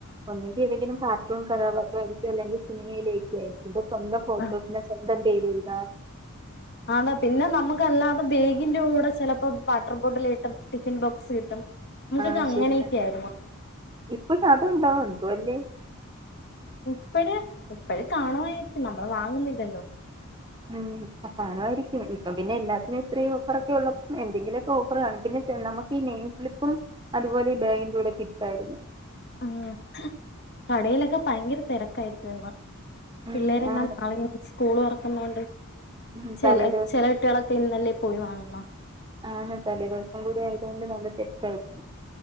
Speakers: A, on the right; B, on the left.
A: ഒന്നെങ്കീ ഏതെങ്കിലും കാർട്ടൂൺ കഥാപാത്രമായിരിക്കും അല്ലെങ്കീ സിനിമയിലേക്ക് ആയിരിക്കും. സ്വന്തം ഫോട്ടോ,
B: ആഹ്
A: പിന്നെ സ്വന്തം പേരെഴ്താ
B: അന്നാ പിന്നെ നമുക്കല്ലാതെ ബേഗിന്റെ കൂടെ ചെലപ്പോ വാട്ടർ ബോട്ടില് കിട്ടും, ടിഫിൻ ബോക്സ് കിട്ടും നമുക്കൊക്കെ
A: ആ
B: അങ്ങനെയൊക്കെ
A: ശരിയ,
B: ആയിരുന്നു
A: ഇപ്പൊക്കത്ണ്ടോ എന്തു അല്ലേ
B: ഇപ്പഴ് ഇപ്പഴ് കാണുവാരിക്കും, നമ്മള് വാങ്ങുന്നില്ലല്ലോ.
A: ഉം കാണുവായിരിക്കും, ഇപ്പൊ പിന്നെ എല്ലാത്തിനും ഇത്രയും ഓഫറൊക്കെ ഉള്ളപ്പോ എന്തെങ്കിലൊക്കെ ഓഫറ് കാണും പിന്ന നമുക്ക് ഈ നെയിം സ്ലിപ്പും അതുപോലെ ഈ ബാഗിന്റൂടെ കിട്ടുവായിര്ന്ന്
B: ഉം, കടയിലൊക്കെ ഭയങ്കര തിരക്കായിരിക്കും ഇന്ന്. പിള്ളേരെല്ലാം
A: ഉം ആണ്
B: നാളെ സ്കൂള് തൊറക്കുന്നോണ്ട്
A: ഉം
B: ചെല
A: തലേ ദിവസം
B: ചെല കുട്ട്യേളൊക്കെ ഇന്നല്ലേ പോയി വാങ്ങുന്ന
A: ആണ് തലേ ദിവസം കൂടി ആയതോണ്ട് നല്ല തെരക്കായിരിക്കും.